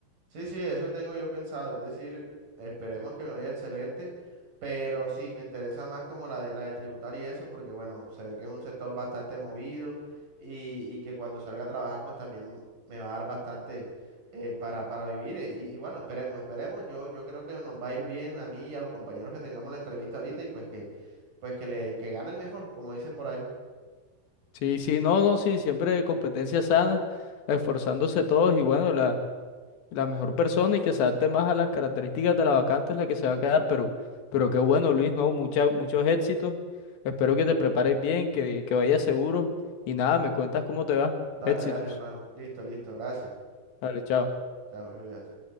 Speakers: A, on the right; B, on the left.
A: Sí, sí, eso tengo yo pensado. Es decir, esperemos que me vaya excelente, pero sí, me interesa más como la de la de tributar y eso, porque bueno, se ve que es un sector bastante movido y, y que cuando salga a trabajar, pues también me va a dar bastante eh, para, para vivir. eh, Y, y bueno, esperemos, esperemos. Yo, yo creo que nos va a ir bien a mí y a los compañeros que tengamos la entrevista ahorita y pues que, pues que le, que gane el mejor, como dicen por ahí.
B: Sí, sí, no, no, sí, siempre competencia sana, esforzándose todos y bueno, la... la mejor persona y que se adapte más a las características de la vacante es la que se va a quedar, pero, pero qué bueno, Luis, ¿no? Mucha- muchos éxitos. Espero que te prepares bien, que, que vayas seguro y nada, me cuentas cómo te va.
A: Dale,
B: Éxitos.
A: dale, hermano. Listo, listo, gracias.
B: Dale, chao.
A: Chao, cuídate.